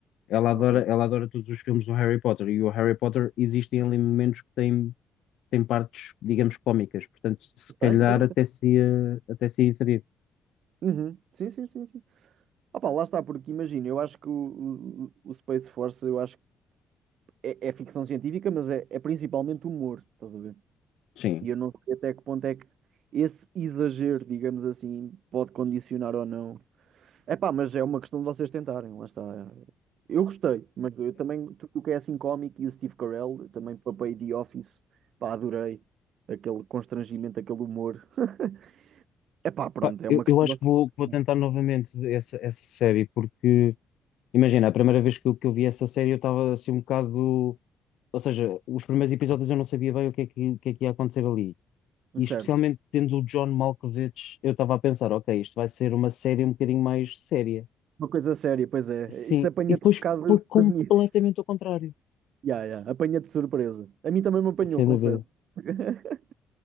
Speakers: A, on the left; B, on the right.
A: Ela adora,
B: ok.
A: ela adora todos os filmes do Harry Potter e o Harry Potter existem ali momentos que têm tem partes, digamos, cómicas, portanto, se calhar
B: Tem, tem,
A: até
B: tem.
A: se ia, até se ia saber.
B: Uhum. Sim, sim, sim, sim. Opa, lá está, porque imagina, eu acho que o, o, o Space Force, eu acho que é, é ficção científica, mas é, é principalmente humor, estás a ver?
A: Sim.
B: E eu não sei até que ponto é que esse exagero, digamos assim, pode condicionar ou não. É pá, mas é uma questão de vocês tentarem, lá está. Eu gostei, mas eu também, tudo o que é assim cómico e o Steve Carell, também papei The Office, pá, adorei. Aquele constrangimento, aquele humor. <laughs> É pá, pronto,
A: Epá,
B: é
A: eu,
B: uma questão
A: eu acho
B: de vocês
A: que vou,
B: tentarem.
A: vou tentar novamente essa, essa série, porque imagina, a primeira vez que eu, que eu vi essa série eu estava assim um bocado. Ou seja, os primeiros episódios eu não sabia bem o que é que, o que é que ia acontecer ali. E
B: Certo.
A: especialmente tendo o John Malkovich, eu estava a pensar, ok, isto vai ser uma série um bocadinho mais séria.
B: Uma coisa séria, pois é.
A: Sim,
B: Isso apanha-te
A: e depois
B: um bocado
A: foi
B: desprevenido.
A: completamente ao contrário,
B: Ya, ya, Apanha-te de surpresa. A mim também me apanhou,
A: sem
B: confesso.
A: dúvida.
B: <laughs>